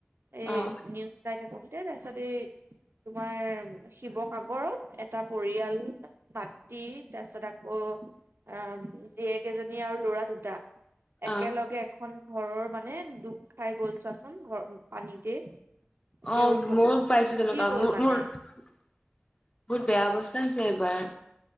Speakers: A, on the right; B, on the left.
A: এই
B: অ'
A: নিউজ। যাই থাকতে তেছতে। তোমাৰ শিৱসাগৰত এটা পৰিয়াল। মাতৃ তাৰপিছত আকৌ আ জীয়েক এজনী আৰু ল'ৰা দুটা। একেলগে
B: অ'
A: এখন ঘৰৰ মানে দুপ খাই গ'ল চোৱাচোন ঘৰ পানীতে। একে
B: অ
A: উপ
B: ময় পাইছো
A: উটি
B: তেনেকুৱা
A: গ'ল
B: মোৰ
A: মানে
B: মোৰ। বহুত বেয়া অৱস্থা হৈছে এইবাৰ।